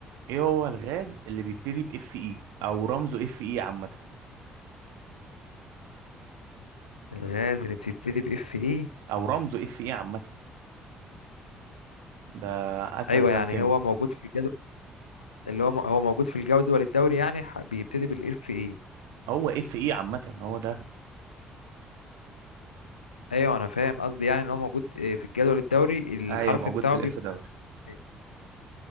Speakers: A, on the right (about 60°); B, on the left (about 85°).
A: ايه هو الغاز اللي بيبتدي باف اي او رمزه اف اي عامه
B: الغاز اللي بتبتدي باف اي
A: او رمزه اف اي عامه ده اسهل
B: ايوه
A: سؤال
B: يعني
A: كيمياء
B: هو موجود في الجدول اللي هو م- هو موجود في الجدول الدوري يعني ح- بيبتدي بالاف اي
A: هو اف اي عامه هو ده
B: ايوه انا فاهم قصدي يعني ان هو موجود آه، في الجدول الدوري الحرف
A: ايوه موجود
B: بتاعه
A: في الاف
B: بيبدأ
A: دوري
B: بإف. إيه؟